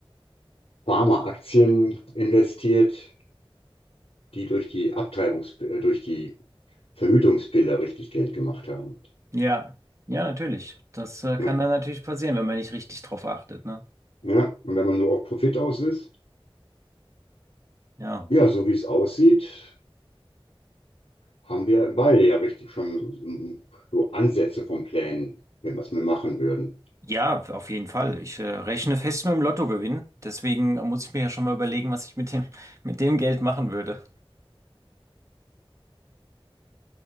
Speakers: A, on the left; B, on the right.
A: Pharmaaktien investiert, die durch die Abtreibungs-, äh, durch die Verhütungspille richtig Geld gemacht haben.
B: Ja, ja, natürlich. Das äh, kann
A: Ja,
B: dann natürlich passieren, wenn man nicht richtig drauf achtet, ne?
A: ja. Und wenn man nur auf Profit aus ist,
B: Ja.
A: ja, so wie es aussieht, haben wir beide ja richtig schon so, so so Ansätze von Plänen, wenn was wir machen würden.
B: Ja, auf jeden Fall. Ich äh, rechne fest mit dem Lottogewinn. Deswegen muss ich mir ja schon mal überlegen, was ich mit dem, <laughs> mit dem Geld machen würde.